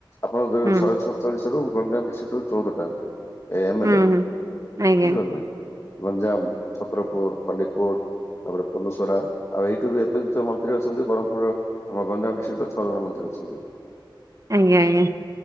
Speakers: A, on the left (about 35°); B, on the right (about 40°).
A: ଆପଣ ଦେ
B: ହୁଁ
A: ଶହେ ସତ ଚାଳିଶ ରୁ ଗଞ୍ଜାମ ଡ଼ିସ ଟୂଟାଲି ଚଉଦଟା ଏମପି ଏମ
B: ହୁଁ
A: ଏଲେ
B: ହୁଁ ଆଜ୍ଞା
A: ବୁଝିପାରିଲ ଗଞ୍ଜାମ ଛତ୍ରପୁର ଖଲିକୋଟ ତାପରେ ପଲୁସରା ଆଉ ଏଇଠୁ ବି ଏବେ ବି ଯୋଉ ମନ୍ତ୍ରୀ ଅଛନ୍ତି ବ୍ରହ୍ମପୁରର ଆମ ଗଞ୍ଜାମ ଡିଷ୍ଟ୍ରିରୁ ଛଜଣ ମନ୍ତ୍ରୀ ଅଛନ୍ତି।
B: ଆଜ୍ଞା ଆଜ୍ଞା